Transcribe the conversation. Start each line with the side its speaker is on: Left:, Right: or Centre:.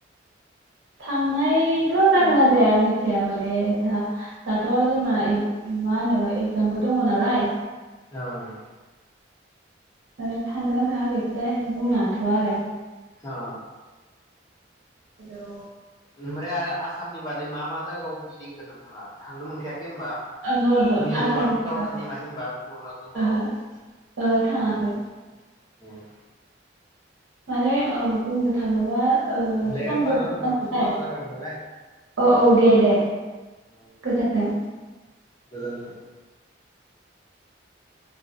Right: थांनायथ जागोन ना जाया मिथिया माने दा दाथ जोंना एग मा होनो एगजामबो दङ नालाय
Left: ओं
Right: माने थांगोन ना थाङा बेखौथाय बुंनो हाथआ आरो
Left: अ
Right: हेलौ
Left: ओमफ्राय आरो आसामनि बादै मा मा जायगायाव गिदिंखो नोंथाङा थांनो मोनखायाखै होनबा
Right: ओहो ओहो
Left: मिजरामफोराव
Right: आसामनि फारसे
Left: थांनो मोनाखै होनबा अरुणचलफोराव
Right: ओहो ओहो थाङाखै
Left: ओम उम
Right: माने औ बुंनो थाङोबा ओ
Left: दे
Right: समबो
Left: होमबा ना
Right: मोना
Left: नोंथां
Right: नालाय
Left: समाबो जाबायमोन नालाय
Right: औ औ दे दे
Left: अ
Right: गोजोन्थों।
Left: दे गोजोनथों